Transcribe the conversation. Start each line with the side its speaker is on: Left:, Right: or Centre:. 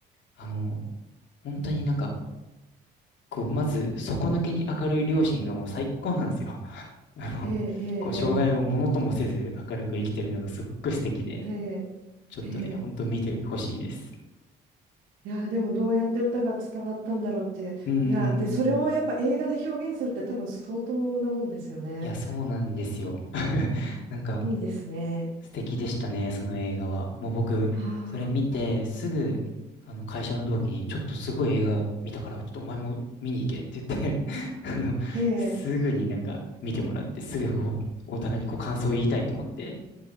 Left: あの、本当になんか、
Right: うん、
Left: こう、まず、底抜けに明るい両親がもう最高なんですよ。<laughs> あの、
Right: ええ、ええ、
Left: こう、障害をものともせず明るく生きてるのがすっごい素敵で、
Right: ええ、え
Left: ちょっとね、
Right: え、ええ
Left: ほんと見てほしいです。
Right: いやでもどうやって歌が伝わったんだろうっていやでそれをやっぱ映画で表現するって多分相当なもんですよね
Left: うーん。いや、そうなんですよ。<laughs> なんか、
Right: いいですね
Left: 素敵でしたね、その映画は。もう僕、
Right: ああ
Left: それ見て、すぐ、あの、会社の同期に、ちょっとすごい映画見たから、ちょっとお前も見に行けって言って <laughs> あの、
Right: ーええ
Left: すぐになんか見てもらって、すぐこう、お互いにこう感想を言いたいと思って、